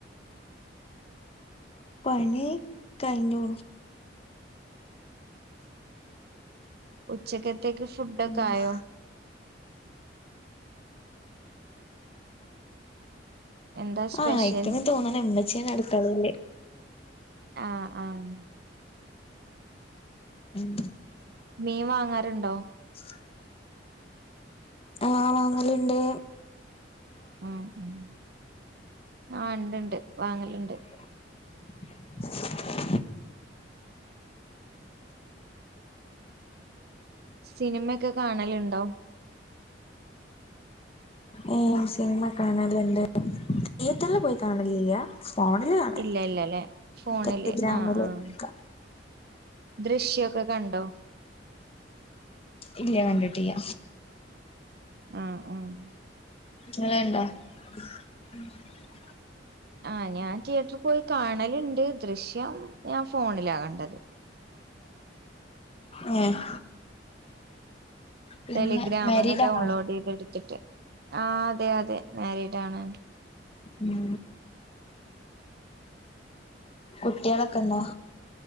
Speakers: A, on the left (about 35°); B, on the right (about 60°).
A: പണി കയ്ഞ്ഞുണു
B: ഉച്ചക്കത്തേക്ക് ഫുഡൊക്കെ
A: ആഹ്
B: ആയോ എന്താ സ്പെഷ്യൽ
A: ആ ആയിക്ക്ണ് തോന്ന്ണ് മ്മച്ചിയാണ് അട്ക്കളേൽ
B: ആഹ് ആഹ്
A: <unintelligible>
B: മീൻ വാങ്ങാറുണ്ടോ
A: <inaudible> ആഹ് വാങ്ങല്ണ്ട്
B: ഉം ഉം ആഹ് ണ്ട് ണ്ട് വാങ്ങല്ണ്ട്
A: <unintelligible>
B: സിനിമക്കെ കാണല്ണ്ടോ
A: ഏഹ് സിനിമ കാണല്ണ്ട് തിയേറ്ററില് പോയി കാണലില്ല ഫോണില് കാണല്
B: ഇല്ല ഇല്ലല്ലെ ഫോണില്
A: ടെലഗ്രാമില്
B: ആഹ് ആഹ്
A: ഒക്ക
B: ദൃശ്യൊക്കെ കണ്ടോ
A: ഇല്ല കണ്ടിട്ടിയ്യ
B: ആഹ് ആഹ്
A: ങ്ങൾണ്ടോ ഉം
B: ആഹ് ഞാൻ തിയേറ്റർ പോയി കാണല്ണ്ട് ദൃശ്യം ഞാൻ ഫോണിലാകണ്ടത്
A: ഏഹ് പിന്നെ
B: ടെലിഗ്രാംന്ന്
A: മാരീഡാണോ
B: ഡൗൺലോഡീതിട്ത്തിട്ട് ആ അതെ അതെ മാരീഡാണ്
A: ഉം കുട്ട്യേളൊക്കെണ്ടോ